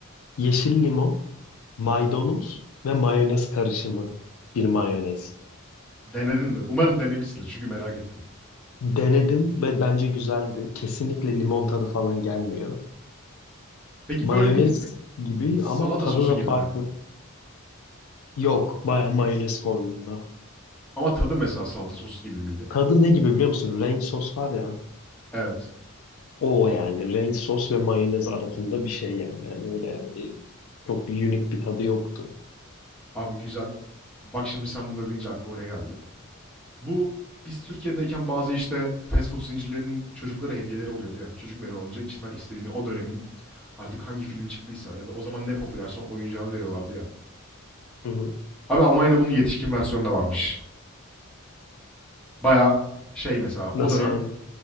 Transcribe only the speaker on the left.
Yeşil limon, maydanoz ve mayonez karışımı bir mayonez.
Denedim ve bence güzeldi. Kesinlikle limon tadı falan gelmiyor.
Mayonez
gibi
ama tadı
da
farklı.
Yok, baya mayonez formunda.
Tadı ne gibi biliyor musun? Ranch sos var ya.
O yani ranch sos ve mayonez arasında bir şey yani. Yani öyle e, çok unique bir tadı yoktu.
Hı hı.
Nasıl
yani?